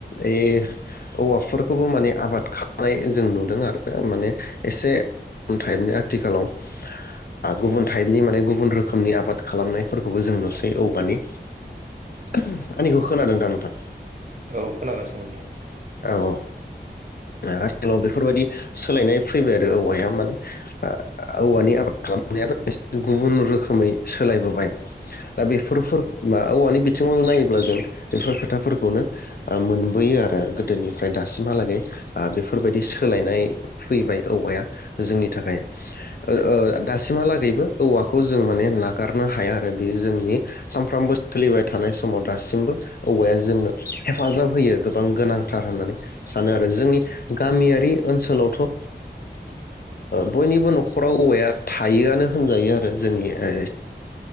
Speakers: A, on the left; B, on the right.
A: ओइ औवाफोरखौबो माने आबाद खालामनाय जों नुदों आरो माने एसे टाइपनि आथिखालाव आ गुबुन टाइपनि माने गुबुन रोखोमनि आबाद खालामनायफोरखौबो जों नुसै औवानि <unintelligible>
B: औ
A: आंनिखौ खोनादों दा नोंथां
B: औ खोनागासिनो नोंथां
A: औ औ। ओ आथिखालाव बेफोरबायदि सोलायनाय फैबाय आरो औवाया माने ओ औवानि आबाद खालामनायाबो गुबुन रोखोमै सोलायबोबाय। दा बेफोर फोर मा औवानि बे थिंङै नायोब्ला जों बेफोर खोथाफोरखौनो मोनबोयो आरो गोदोनिफ्राय दासिमहालागै। ओ बेफोरबायदि
B: औ
A: सोलायनाय फैबाय औवाया जोंनि थाखाय ओ दासिमहालागैबो औवाखौ जों माने नागारनो हाया आरो बेयो जोंनि सानफ्रोमबो सोलिबाय थानाय समाव दासिमबो औवाया जोंनो हेफाजाब होयो गोबां गोनांथार होननानै सानो आरो जोंनि गामियारि ओनसोलावथ ओ ओ बयनिबो नखराव औवाया थायोआनो होनजायो आरो जोंनि ओ